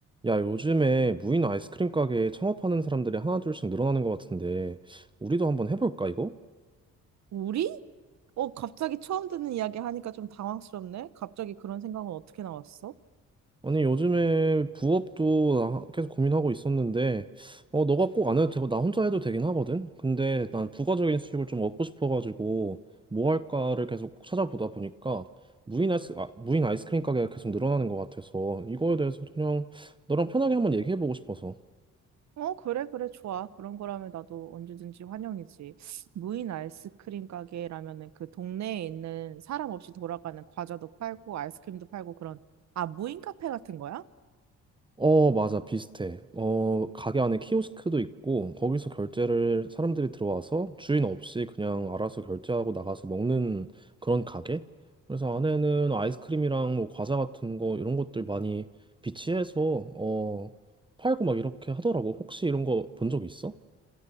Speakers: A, on the right; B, on the right.
A: 야, 요즘에 무인 아이스크림 가게 창업하는 사람들이 하나둘씩 늘어나는 것 같은데, 우리도 한번 해볼까, 이거?
B: 우리? 어, 갑자기 처음 듣는 이야기 하니까 좀 당황스럽네. 갑자기 그런 생각은 어떻게 나왔어?
A: 아니, 요즘에 부업도 나 계속 고민하고 있었는데, 어, 너가 꼭 안 해도 되고, 나 혼자 해도 되긴 하거든? 근데 난 부가적인 수익을 좀 얻고 싶어가지고, 뭐 할까를 계속 찾아보다 보니까, 무인 아이스, 아, 무인 아이스크림 가게가 계속 늘어나는 것 같아서, 이거에 대해서 그냥 너랑 편하게 한번 얘기해보고 싶어서.
B: 어, 그래, 그래, 좋아. 그런 거라면 나도 언제든지 환영이지. 무인 아이스크림 가게라면은 그 동네에 있는 사람 없이 돌아가는 과자도 팔고 아이스크림도 팔고 그런, 아, 무인 카페 같은 거야?
A: 어, 맞아. 비슷해. 어, 가게 안에 키오스크도 있고, 거기서 결제를 사람들이 들어와서 주인 없이 그냥 알아서 결제하고 나가서 먹는 그런 가게? 그래서 안에는 아이스크림이랑 뭐 과자 같은 거, 이런 것들 많이 비치해서, 어, 팔고 막 이렇게 하더라고. 혹시 이런 거 본 적 있어?